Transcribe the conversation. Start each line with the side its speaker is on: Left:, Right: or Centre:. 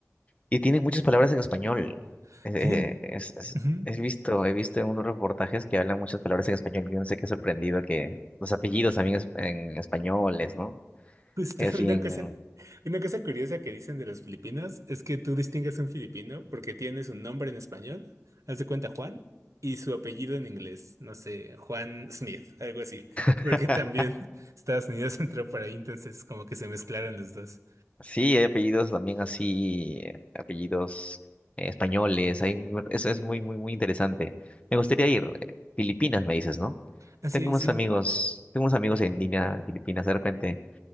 Left: Y tiene muchas palabras en español.
Right: Ah.
Left: Eh, eh,
Right: Tienen,
Left: es, es-
Right: ujú,
Left: he visto, he visto en unos reportajes que hablan muchas palabras en español. Yo no sé qué sorprendido que los apellidos también es- en españoles, ¿no?
Right: justo
Left: Es
Right: <laughs>
Left: bien.
Right: una cosa, una cosa curiosa que dicen de los filipinos es que tú distingues a un filipino porque tiene su nombre en español, haz de cuenta Juan, y su apellido en inglés, no sé, Juan Smith, algo así, porque
Left: <laughs>
Right: también <laughs> Estados Unidos entró por ahí, entonces como que se mezclaron los dos.
Left: Sí, hay apellidos también así, eh, apellidos eh, españoles, hay, mu- eso es muy, muy, muy interesante. Me gustaría ir. eh, Filipinas, me dices, ¿no?
Right: Así
Left: Tengo
Right: es,
Left: unos
Right: sí.
Left: amigos, tengo unos amigos en línea de Filipinas, de repente